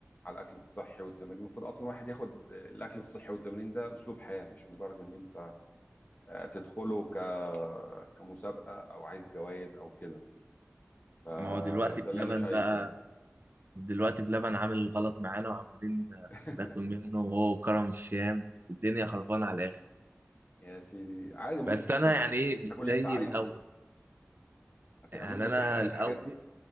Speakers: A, on the left; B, on the right.
A: على الاكل الصحي والتمرين المفروض اصلا الواحد ياخد الاكل الصحي والتمرين ده اسلوب حياة مش مجرد ان انت آه، تدخله ك... كمسابقة او عايز جوائز او كده فده
B: ما هو دلوقتي
A: اللي
B: بلبن
A: انا شايفه
B: بقى
A: يعني
B: دلوقتي بلبن عامل غلط معانا وعمالين
A: <laughs>
B: ناكل منه وهو كرم الشام والدنيا خربانة على الآخر
A: يا سيدي عادي ممكن
B: بس
A: تاكل
B: أنا يعني إيه مش
A: تاكل اللي
B: زي
A: انت عايزه
B: الأول
A: هت-
B: يعني
A: ممكن
B: أنا
A: تحرق
B: الأول
A: الحاجات دي